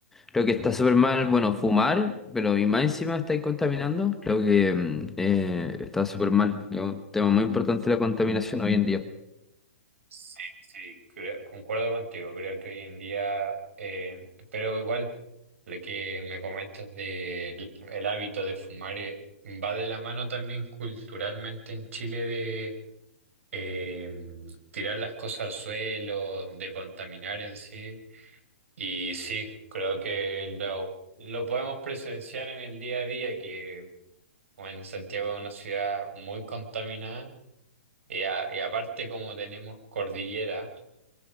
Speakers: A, in the centre; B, on the right.
A: Creo que está súper mal, bueno, fumar, pero y más encima estáis contaminando. Creo que mm, eh, está súper mal. Es un tema muy importante la contaminación hoy en día.
B: Sí, sí, creo- concuerdo contigo. Creo que hoy en día, eh, pero igual, lo que me comentas del el hábito de fumar eh, va de la mano también culturalmente en Chile de eh, tirar las cosas al suelo, de contaminar en sí. Y sí, creo que lo, lo podemos presenciar en el día a día, que bueno, Santiago es una ciudad muy contaminada. Y, a- y aparte como tenemos cordillera,